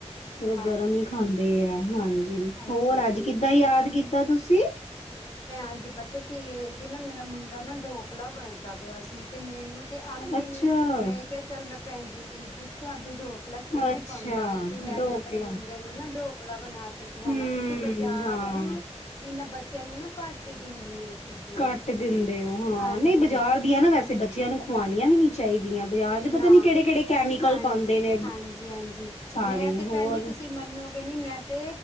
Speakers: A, on the left; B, on the left.
A: ਫਿਰ ਓ
B: ਹਾਂਜੀ
A: ਗਰਮ ਹੀ
B: ਹਾਂਜੀ
A: ਖਾਂਦੇ ਐ ਹਾਂਜੀ
B: ਅੱਛਾ
A: ਹੋਰ
B: ਜੀ
A: ਅੱਜ ਕਿੱਦਾਂ ਯਾਦ ਕੀਤਾ ਤੁਸੀਂ?
B: ਅੱਜ ਪਤਾ ਕੀ ਏ ਨਾ ਮੇਰਾ ਮੁੰਡਾ ਨਾ ਢੋਕਲਾ ਬਣਦਾ ਪਿਆ ਸੀ ਤੇ ਮੈਨੂੰ ਤੇ ਆਦੀ
A: ਅੱਛਾ
B: ਨੀ, ਮੈਂ ਕੇਆ ਚੱਲ ਮੈਂ ਭੈਣ ਜੀ-ਜੀ ਨੂੰ ਪੁੱਛਾਂ ਕਿ ਡੋਕ ਕਲਾ ਕਿਵੇਂ
A: ਅੱਛਾ
B: ਬਣਦਾ ਵ ਕਿ ਮੈਂ
A: ਡੋਕਲਾ
B: ਵੀ ਆਪਣੇ ਮੁੰਡੇ ਨੂੰ ਨਾ ਢੋਕਲਾ ਬਣਾ ਕੇ ਖਵਾਵਾਂ
A: ਹੂੰ
B: ਕਿਉਂਕਿ ਬਾਜ਼ਾਰ
A: ਹਾਂ
B: ਦਾ ਨਾ ਮੈਂ, ਏਨਾਂ ਬੱਚਿਆਂ ਨੂੰ ਨਾ ਘੱਟ ਹੀ ਦੇਨੀ ਆ ਚੀਜ਼ਾਂ
A: ਕੱਟ ਦਿੰਦੇ ਓ ਹਾਂ,
B: ਹਾਂਜੀ
A: ਨਈ ਬਜ਼ਾਰ ਦੀਆਂ ਨਾ ਵੈਸੇ ਬੱਚਿਆਂ ਨੂੰ ਖਵਾਣੀਆਂ ਹੀ ਨੀ ਚਾਹੀਦੀਆਂ ਬਾਜ਼ਾਰ ਚ ਪਤਾ
B: ਨ
A: ਨੀ ਕਿਹੜੇ ਕਿਹੜੇ ਕੈਮੀਕਲ
B: ਹਾਂਜੀ-ਹਾਂਜੀ-ਹਾਂਜੀ
A: ਪਾਉਂਦੇ ਨੇ ਸਾਰੇ
B: ਮੈਂ ਤੇ
A: ਹੋਰ
B: ਭੈਣ ਜੀ ਤੁਸੀਂ ਮੰਨੋ ਗੇ ਨੀ ਮੈਂ ਤੇ